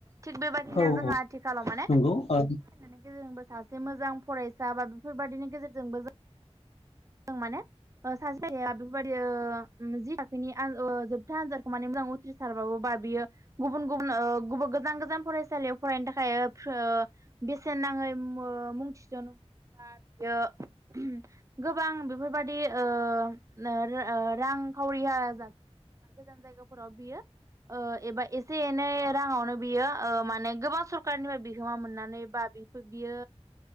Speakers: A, on the right; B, on the left.
A: थिग बेबायदिनो
B: औ
A: जोंहा
B: औ
A: आथिखालाव माने
B: नंगौ
A: नानै
B: ओ
A: गेजेरजोंबो सासे मोजां फरायसा बा बेफोरबायदिनो गेजेरजोंबो जों माने सासे जायगाया बेफोरबायदि जि थाखोनि ओ जोबथा आनजादखौ माने मोजां उथ्रिसारबाबो बियो गुबुन गुबुन ओ गुब गोजान गोजान फरायसालियाव फरायनो थाखाय ओ बेसेन नाङै ओ मुं थिसनो <unintelligible> गोबां बेफोरबादि ओ <unintelligible> रांखावरिया ज बा गोजान जायगाफोराव बियो ओ एबा एसे एनै राङावनो बियो माने गोबां सरखारनिफ्राय बिहोमा मोननानै बा बि बियो